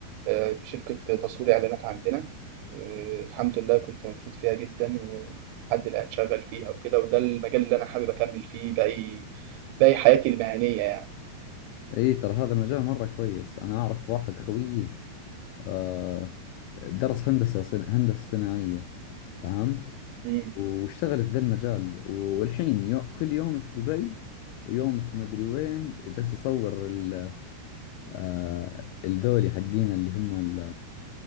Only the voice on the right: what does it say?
آه، في شركة تصوير إعلانات عندنا آه، الحمد لله كنت مبسوط فيها جدا ولحد الآن شغال فيها وكده وده المجال اللي أنا حابب أكمل فيه باقي باقي حياتي المهنية يعني
مم.